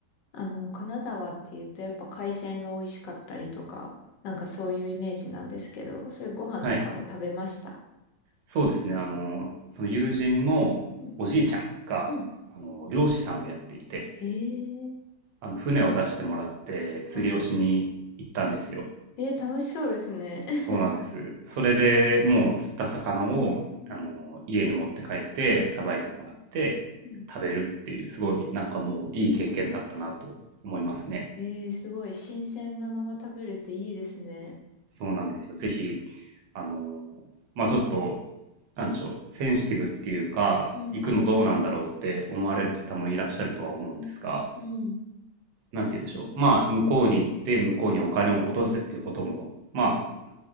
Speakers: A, on the left; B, on the right.
A: あの、金沢っていうとやっぱ海鮮が美味しかったりとか、なんかそういうイメージなんですけど、それご飯とかも食べました。
B: はい。そうですね。あの、その友人のおじいちゃんが、
A: うん。うん。
B: あの、漁師さんをやっていて、
A: へえ。
B: あの船を出してもらって釣りをしに行ったんですよ。
A: はいえー、楽しそうですね。<laughs>
B: そうなんです。それでもう釣った魚をあの家に持って帰ってさばいてもらって食べるっていうすごいなんかもういい経験だったなと思いますね。
A: うん、うん、うん、えー、すごい。新鮮なまま食べれていいですね。
B: そうなんですよ。ぜひあのまあちょっとなんでしょうセンシティブっていうか行くのどうなんだろうって思われる方もいらっしゃるとは思うんですが。
A: うん、うん。
B: なんて言うんでしょう。まあ、向こうに行って、向こうにお金を落とすっていうことも、まあ、